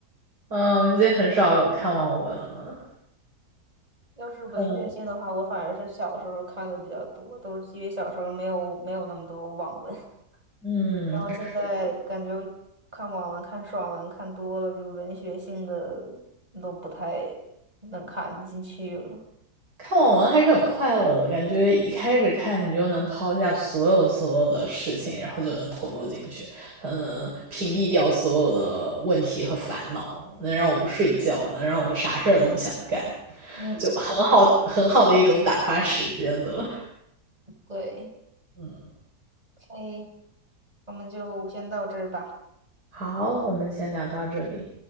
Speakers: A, on the right; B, on the right.
A: 嗯，我已经很少有看网文了。
B: 要是文学性的话，
A: 嗯，
B: 我反而是小时候看的比较多，都是因为小时候没有没有那么多网文，<laughs>
A: 嗯，
B: 然后现在感觉
A: 是
B: 看网文、看爽文看多了，就文学性的都不太能看进去了。
A: 看网文还是很快乐的，感觉一开始看你就能抛下所有所有的事情，然后就能投入进去，嗯，屏蔽掉所有的问题和烦恼，能让我不睡觉，能让我啥事儿都不想干，
B: 嗯，
A: 就很好很好的一种打发时间的。
B: 对，
A: 嗯，
B: 可以我们就先到这儿吧。
A: 好，我们先聊到这里。